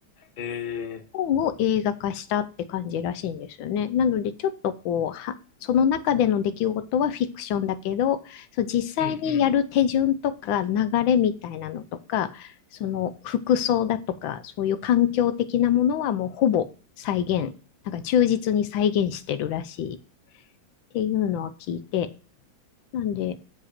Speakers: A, on the left; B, on the left.
A: え
B: 本を映画化したって感じらしいんですよね。なので、ちょっとこう、は、その中での出来事はフィクションだけど、そう、実際にやる手順とか流れみたいなのとか、
A: ー、うん
B: その服装だとか、そういう環境的なものはもうほぼ再現、なんか忠実に再現してるらしいっていうのは聞いて、なんで、